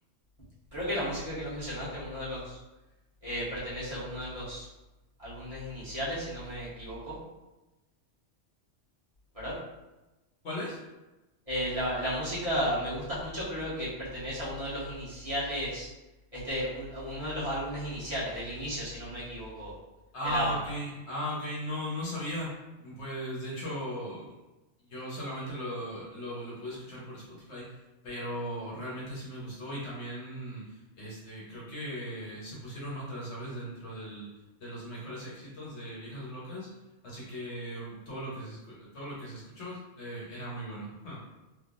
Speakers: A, on the right; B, on the left.
A: <clears throat> creo que la música que lo mencionaste, uno de los, eh, pertenece a uno de los álbumes iniciales, si no me equivoco, ¿verdad?
B: ¿Cuál es?
A: Eh, la, la música Me Gustas Mucho creo que pertenece a uno de los iniciales, este, un- a uno de los álbumes iniciales, del inicio, si no me equivoco,
B: Ah,
A: de la banda.
B: ok. Ah, ok. No, no sabía. Pues de hecho, yo solamente lo, lo, lo pude escuchar por Spotify, pero realmente sí me gustó y también, este, creo que se pusieron otras, ¿sabes? Dentro del, de los mejores éxitos de Viejas Locas. Así que todo lo que se, escu- todo lo que se escuchó eh, era muy bueno. <laughs>